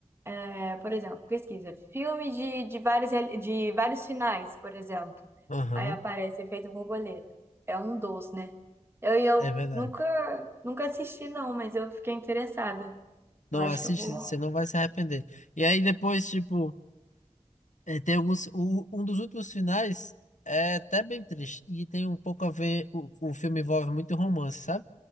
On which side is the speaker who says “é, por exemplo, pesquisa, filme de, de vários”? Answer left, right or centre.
Right